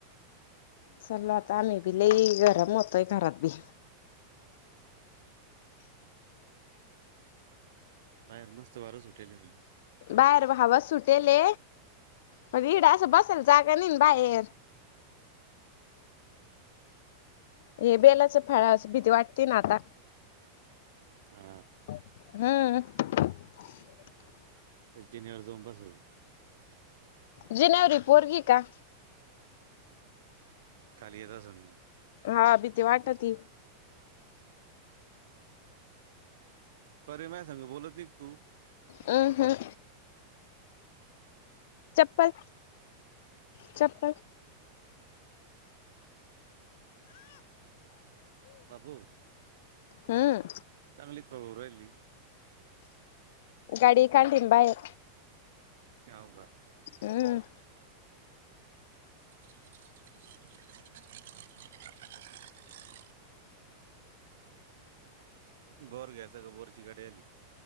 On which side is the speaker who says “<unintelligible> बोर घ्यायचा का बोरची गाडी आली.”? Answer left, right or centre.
Right